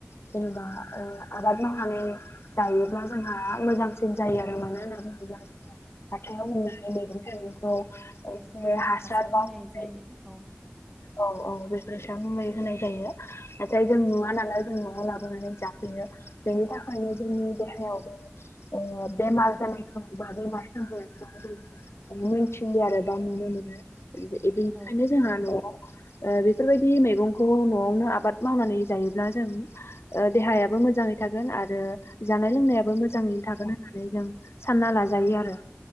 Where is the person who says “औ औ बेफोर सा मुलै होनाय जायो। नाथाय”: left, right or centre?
Left